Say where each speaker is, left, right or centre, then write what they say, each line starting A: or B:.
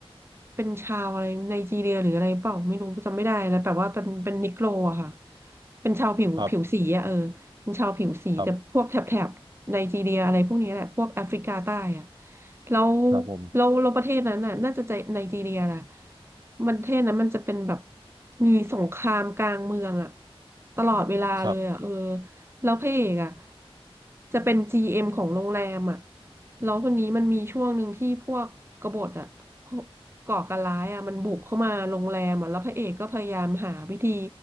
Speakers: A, on the right; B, on the right.
A: เป็นชาวอะไรไนจีเรียหรืออะไรเปล่าไม่รู้จำไม่ได้นะแต่ว่าเป็นเป็นนิโกรอะค่ะเป็นชาวผิวผิวสีอะเออเป็นชาวผิวสีแต่พวกแถบแถบไนจีเรียอะไรพวกนี้แหละพวกแอฟริกาใต้อ่ะ
B: ครับครับ
A: แล้ว
B: ครับผม
A: แล้วแล้วประเทศนั้นน่ะน่าจะใจไนจีเรียแหละมันประเทศนั้นมันจะเป็นแบบมีสงครามกลางเมืองอ่ะตลอดเวลาเลยอ่ะเออ
B: ครับ
A: แล้วพระเอกอ่ะจะเป็น GM ของโรงแรมอ่ะ แล้วคนนี้มันมีช่วงหนึ่งที่พวกกบฏอะพวกก่อการร้ายอะมันบุกเข้ามาโรงแรมอะแล้วพระเอกก็พยายามหาวิธี